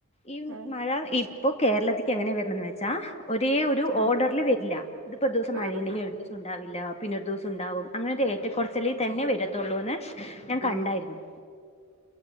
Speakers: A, on the left; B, on the right.
A: ഈ
B: ആഹ്
A: മഴ ഇപ്പൊ കേരളത്തിക്ക് എങ്ങനെ വരണന്ന് വെച്ചാ ഒരേ ഒരു
B: ആഹ്
A: ഓർഡറിൽ വരില്ല ഇതിപ്പ ഒരു ദിസം മഴയിണ്ടെങ്കിൽ
B: ആഹ്
A: ഒരു ദിവസം ഉണ്ടാവില്ല പിന്നെ ഒരു ദിവസം ഉണ്ടാവും അങ്ങനെരു ഏറ്റക്കുറച്ചിലി തന്നെ വെരത്തുള്ളൂന്ന് ഞാൻ കണ്ടായിരുന്നു
B: ഉം